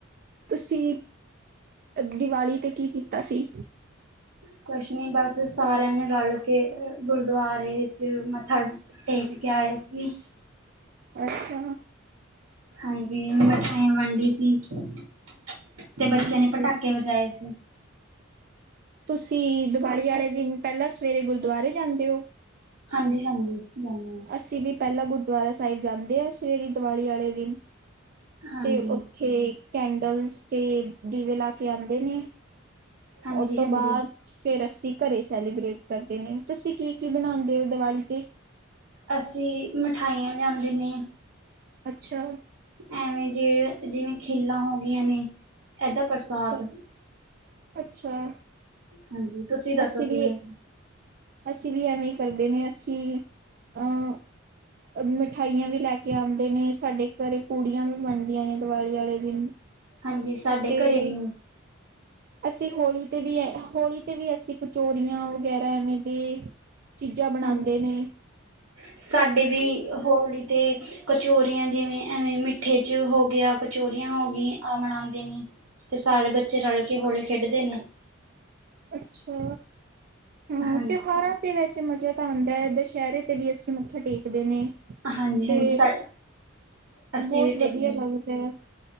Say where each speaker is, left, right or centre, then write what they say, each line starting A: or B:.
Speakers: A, on the right; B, on the right.
A: ਤੁਸੀ ਦੀਵਾਲੀ ਤੇ, ਕੀ ਕੀਤਾ ਸੀ?
B: ਕੁਛ ਨੀ, ਬਸ ਸਾਰਿਆਂ ਨੇ ਰੱਲ੍ਹਕੇ ਗੁਰਦੁਆਰੇ 'ਚ ਮੱਥਾ ਟੇਕ ਕੇ ਆਏ ਸੀ।
A: ਅੱਛਾ!
B: ਹਾਂਜੀ ਮਿਠਾਈਆਂ ਵੰਡੀ ਸੀ ਤੇ
A: ਠੀਕ
B: ਬੱਚਿਆ ਨੇ, ਭਟਾਕੇ
A: ਹੈ
B: ਵਜਾਏ ਸੀ।
A: ਤੁਸੀਂ, ਦੀਵਾਲੀ ਵਾਲੇ ਦਿਨ ਪਹਿਲਾਂ ਸਵੇਰੇ ਗੁਰਦੁਆਰੇ ਜਾਂਦੇ ਹੋ।
B: ਹਾਂਜੀ- ਹਾਂਜੀ, ਜਾਂਨੇ ਆ।
A: ਅਸੀਂ ਵੀ ਪਹਿਲਾਂ ਗੁਰਦੁਆਰਾ ਸਾਹਿਬ ਜਾਂਦੇ ਆ, ਸਵੇਰੇ ਦੀਵਾਲੀ ਵਾਲੇ ਦਿਨ,
B: ਹਾਂਜੀ।
A: ਤੇ ਉੱਥੇ ਕੈਂਡਲਸ ਤੇ, ਦੀਵੇ ਲਾਕੇ ਆਦੇ ਨੇ।
B: ਹਾਂਜੀ-ਹਾਂਜੀ
A: ਉਹ ਤੋਂ, ਬਾਅਦ ਫਿਰ ਅਸ ਘਰੇ ਸੈਲੀਬ੍ਰੇਟ ਕਰਦੇ ਨੇ। ਤੁਸੀਂ ਕੀ-ਕੀ ਬਣਾਂਦੇ ਹੋ ਦਿਵਾਲੀ ਤੇ?
B: ਅਸੀਂ ਮਠਾਈਆਂ ਲਿਆਂਦੇ ਨੇ
A: ਅੱਛਾ!
B: ਐਵੇਂ ਜਿ, ਜਿਵੇਂ ਖਿੱਲਾਂ ਹੋ ਗਈਆਂ ਨੇ। ਇਹਦਾ ਪ੍ਰਸਾਦ।
A: ਅੱਛਾ ਅੱਛਾ।
B: ਹਾਂਜੀ। ਤੁਸੀਂ ਦੱਸੋ
A: ਅਸੀਂ ਵੀ
B: ਕਿਵੇਂ?
A: ਅਸੀਂ ਵੀ ਐਵੇਂ ਕਰਦੇ ਨੇ, ਅਸੀਂ ਅ ਮਿਠਾਈਆਂ ਵੀ ਲੈਕੇ ਆਂਦੇ ਨੇ, ਸਾਡੇ ਘਰੇ ਪੂੜੀਆਂ ਵੀ ਬਣਦੀਆਂ ਨੇ, ਦੀਵਾਲੀ ਵਾਲੇ ਦਿਨ।
B: ਹਾਂਜੀ, ਸਾਡੇ
A: ਤੇ
B: ਘਰੇ ਨੀ
A: ਅਸੀਂ ਹੋਲ੍ਹੀ ਤੇ, ਵੀ, ਅ, ਹੋਲ੍ਹੀ ਤੇ, ਵੀ ਅਸੀਂ ਕਚੋਰੀਆਂ ਵਗੈਰਾ ਐਵੇਂ ਦੇ ਚੀਜ਼ਾਂ ਬਣਾਉਂਦੇ
B: ਹਾਂਜੀ।
A: ਨੇ
B: ਸਾਡੇ ਵੀ ਹੋਡੀ ਤੇ ਕਚੋਰੀਆਂ ਜਿਵੇਂ, ਐਵੇਂ ਮਿੱਠੇ'ਚ ਹੋ ਗਿਆ, ਕਚੋਰੀਆਂ ਹੋ ਗਈਂ। ਆ ਮਨਾਦੇ ਨੀ। ਤੇ, ਸਾਰੇ ਬੱਚੇ ਰਲ ਕੇ, ਹੋਲੀ ਖੇਡਦੇ ਨੇ।
A: ਅੱਛਾ, ਆ
B: ਹਾਂਜੀ
A: ਤਿਉਹਾਰਾਂ ਤੇ ਵੈਸੇ ਮਜ਼ੇ ਨੇ। ਆਉਂਦਾ, ਦੁਸਹਿਰੇ ਤੇ ਵੀ ਅਸੀਂ ਮੱਥਾ ਟੇਕਦੇ ਨੇ
B: ਹਾਂਜੀ--ਹਾਂਜੀ
A: ਤੇ
B: ਸਾਆ। ਅੱਸੀ
A: ਬਹੁਤ
B: ਵੀ,
A: ਵਧੀਆ
B: ਟੇਕਦੇ
A: ਲੱਗਦਾ ਹੈ